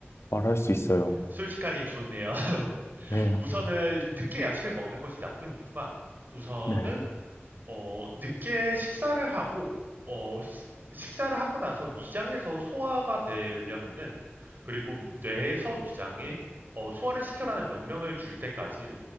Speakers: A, on the left (about 80°); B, on the right (about 45°).
A: 말할 수 있어요.
B: 솔직하니 좋네요. <laughs>
A: 네,
B: 우선은 늦게 야식을 먹는 것이 나쁜 이유가 우선은
A: 네,
B: 어, 늦게 식사를 하고 어, 시- 식사를 하고 나서 위장에서 소화가 되려면은 그리고 뇌에서 위장에 어, 소화를 시켜라는 명령을 줄 때까지